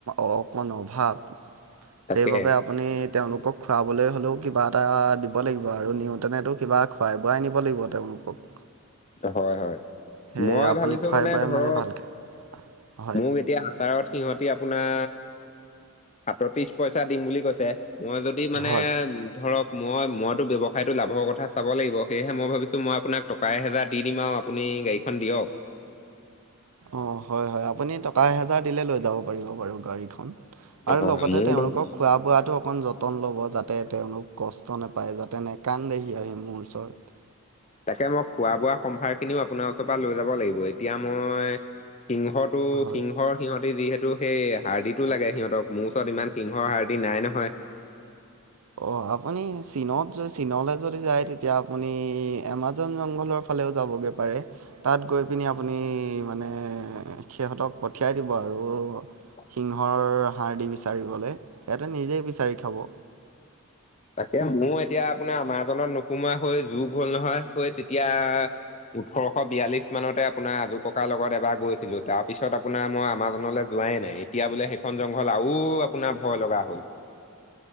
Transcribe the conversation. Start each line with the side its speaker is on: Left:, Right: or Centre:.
Right: অ' সন্থাক
Left: তাকে
Right: সেইবাবে আপুনি তেওঁলোকক খুৱাবলৈ হ'লেও কিবা এটা দিব লাগিব আৰু নিওঁতেনেতো কিবা খুৱাই বোৱাই নিব লাগিব তেওঁলোকক।
Left: হয়, হয়।
Right: সেই
Left: মই
Right: আপুনি
Left: ভাবিছো
Right: খুৱাই
Left: মানে
Right: বোৱাই
Left: ধৰক
Right: ভালকৈ হয়
Left: মোক এতিয়া মোৰ আচাৰত সিহঁতি আপোনাৰ সাতত্ৰিশ পইচা দিম বুলি কৈছে। মই যদি মানে
Right: হয়
Left: ধৰক মই মইতো ব্যৱসায়টো লাভৰ কথা চাব লাগিব সেয়েহে মই ভাবিছো মইপোন টকা এহেজাৰ দি দিম আৰু আপুনি গাড়ীখন দিয়ক।
Right: অ' হয়, হয়, আপুনি টকা এ হেজাৰ দিলে লৈ যাব পাৰিব বাৰু গাড়ীখন। আৰু
Left: হয়
Right: লগতে
Left: মোৰ
Right: তেওঁলোকক
Left: ধৰ
Right: খোৱা বোৱাতো অকন যতন ল'ব যাতে তেওঁলোক কষ্ট নেপায় যাতে। নেকান্দহি আহি মোৰ ওচৰত।
Left: তাকে মোক খোৱা বোৱা সম্ভাৰ খিনিও আপোনাৰ ওচৰ পৰা লৈ যাব লাগিব এতিয়া মই। সিংহটো
Right: হয়
Left: সিংহৰ সিহঁত। আপুনি যিহেতু সেই হাৰ্ডিটো লাগে সিহঁতক মোৰ ওচৰত ইমান সিংহৰ হাৰ্ডি নাই নহয়।
Right: অ' আপুনি চীনত চীনলৈ যদি যায় তেতিয়া আপুনি এমাজন জংঘলৰ ফালেও যাবগৈ পাৰে তাত গৈ পিনি আপুনি মানে সিহঁতক পঠিয়াই দিব আৰু।
Left: <inaudible>
Right: সিংহৰ হাৰ্ডি বিচাৰিবলৈ সিহঁতে নিজেই বিচাৰি খাব।
Left: তাকে মোৰ এতিয়া আপোনাৰ আমাজনত নোসোমোৱা হৈ যোগ হ'ল নহয় হৈ তেতিয়া। ওঠৰশ বিয়াল্লিশ মানতে আপোনাৰ আজো ককাৰ লগত এবাৰ গৈছিলো। তাৰ পিছত আপোনাৰ মই এমাজনলৈ যোৱাই নাই, এতিয়া বোলে সেইখন জংঘল আৰু আপোনাৰ ভয় লগা হ'ল।